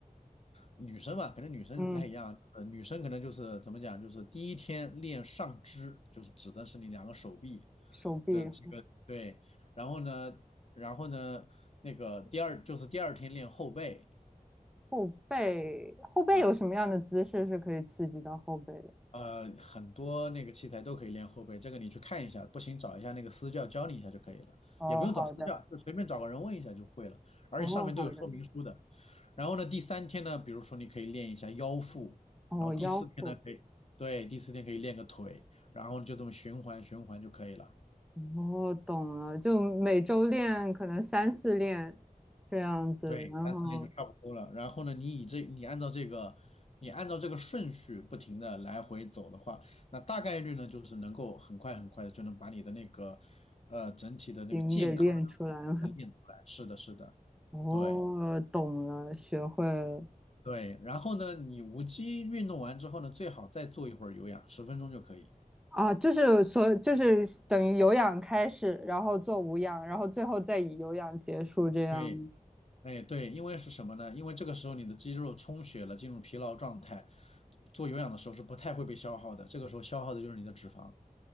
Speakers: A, on the left; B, in the centre.
A: 女生吧，可能女生不太一样。
B: 嗯，
A: 呃，女生可能就是怎么讲，就是第一天练上肢，就是指的是你两个手臂
B: 手臂。
A: 的几个对。然后呢，然后呢，那个第二就是第二天练后背。
B: 后背，后背有什么样的姿势是可以刺激到后背的？
A: 嗯呃，很多那个器材都可以练后背，这个你去看一下，不行找一下那个私教教你一下就可以了，
B: 哦，
A: 也不用找私教，
B: 好的，
A: 就随便找个人问一下就会了，而且上面都有说明书的。
B: 哦，好的，
A: 然后呢，第三天呢，比如说你可以练一下腰腹，
B: 哦，
A: 然后第四天呢可以，
B: 腰腹，
A: 对，第四天可以练个腿，然后就这么循环循环就可以了。
B: 哦，懂了，就每周练可能三四练这样子，
A: 对，
B: 然后
A: 三四练就差不多了。然后呢，你以这你按照这个你按照这个顺序不停的来回走的话，那大概率呢就是能够很快很快的就能把你的那个呃整体的那个健康的那种感觉能练出来。
B: 筋给练出来了。
A: 是的，是的，
B: 哦，
A: 对
B: 懂了，学会了
A: 对。然后呢，你无机运动完之后呢，最好再做一会儿有氧，十分钟就可以。
B: 啊，就是所就是等于有氧开始，然后做无氧，然后最后再以有氧结束这样。
A: 对，哎对，因为是什么呢？因为这个时候你的肌肉充血了，进入疲劳状态，做有氧的时候是不太会被消耗的，这个时候消耗的就是你的脂肪。